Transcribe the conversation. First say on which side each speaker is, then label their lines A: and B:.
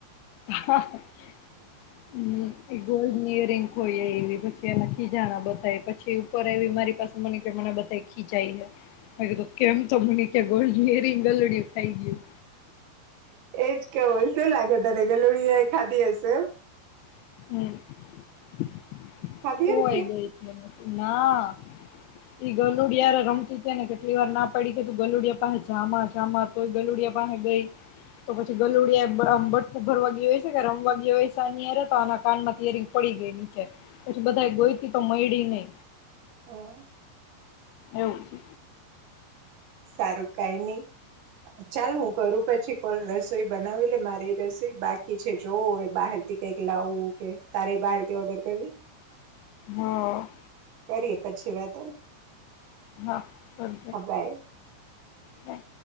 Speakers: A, on the left; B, on the right.
A: હમ એ ગોલની ખોઈ એ પછી એના ખીજાણા બતા પછી ઉપર એ મારી પાસે મને કે મને બધ ખીજાય હ કીધું કેમ તો મને કે ગોલ્ની એ રિંગ ગલડિય ખાઈ ગયું
B: એજ કેવ શું લાગે તને કે લુળિયા ખાધી હશે
A: હ
B: ખાધી
A: હોય
B: હશે
A: ગઈ મને ના ઈ ગલુડય રમતી છે ને કેટલી વાર ના પડી કે તું ગલુડિયા પાસે જમા જામા તોય ગલુડિયા પાસે ગઈ તો પછી ગલુડિયા ભટકું ભરવા ગય હોય છે કે રમવા ગયા હોય છેનીરે તો આના કાનમાં તરી પડી ગઈ નીચે પછી બધા ગોઈતી તો મડી નહ
B: હમ
A: એવું છે
B: સારું કઈ નહી ચાલ હું કરું પછી કોલ રસ રસોઈ બનાવી લે મારી રસોઈ બાકી છે જોવ એ બહાર થી કઈક લાવું કે તારે એ બહાર થી ઓર્ડર કરવી
A: હા
B: કરીએ પછી વાત
A: હા બજ
B: હા બાય.
A: હા